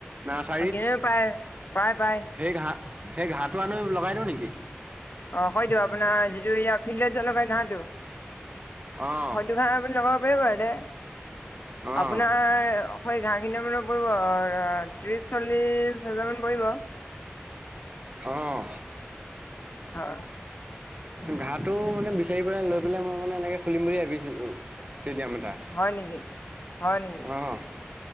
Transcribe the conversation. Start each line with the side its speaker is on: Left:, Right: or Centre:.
Right: নাৰ্চাৰীত
Left: অ' কিনি আনিব পায়, পায় পায়।
Right: সেই ঘাঁহ, সেই ঘাঁহটো আনি লগাই দিওঁ নেকি?
Left: অঁ, হয়টো আপোনাৰ যিটো এৰিয়া ফিল্ডত জলবায়ু নাইটো।
Right: অ',
Left: হয়তো না আপুনি লগাব পাৰিব তাতে?
Right: অ',
Left: আপোনাৰ <unintelligible> ঘাঁহখিনিলে মনত পৰিব ত্ৰিশ, চল্লিশ হেজাৰ মান পৰিব।
Right: অঁ।
Left: অ'।
Right: ঘাঁহটো মানে বিচাৰি পেলাই, লৈ পেলাই মই মানে এনেকে খুলিম বুলি ভাবি ছিলো ষ্টেডিয়াম এটা।
Left: হয় নেকি? হয় নেকি?
Right: অ',